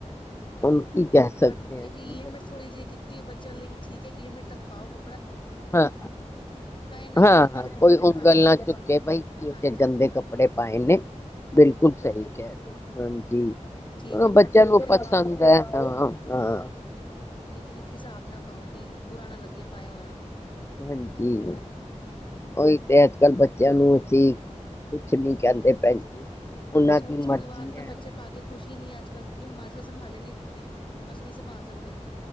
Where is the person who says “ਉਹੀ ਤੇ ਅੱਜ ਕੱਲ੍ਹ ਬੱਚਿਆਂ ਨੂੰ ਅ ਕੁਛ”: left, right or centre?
Left